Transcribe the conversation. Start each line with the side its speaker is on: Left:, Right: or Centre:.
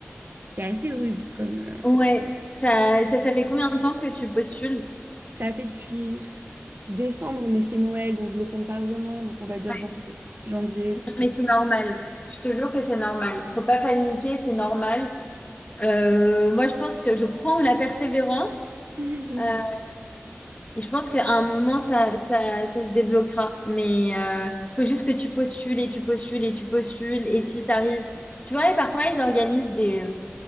Right: c'est assez rude comme. euh,
Left: Ouais. Ça, ça, ça fait combien de temps que tu postules?
Right: Ça a fait depuis pff, décembre, mais c'est Noël, donc je le compte pas vraiment. Donc, on va dire
Left: Ouais.
Right: janvier, janvier,
Left: Non,
Right: février.
Left: Mais c'est normal. Je te jure que c'est normal. Faut pas paniquer, c'est normal. Euh, moi, je pense que je crois en la persévérance.
Right: <laughs>
Left: Euh, et je pense qu'à un moment, ça, ça, ça se débloquera. Mais euh, faut juste que tu postules et tu postules et tu postules. Et si tu arrives. Tu vois, et parfois, ils organisent des.